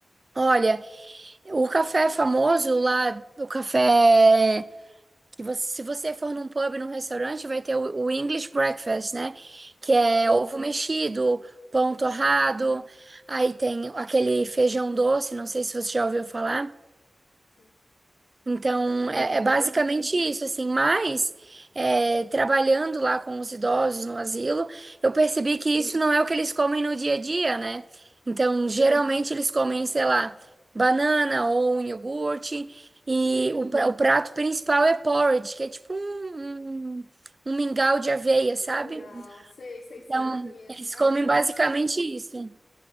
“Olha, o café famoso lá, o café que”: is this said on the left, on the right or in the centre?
Right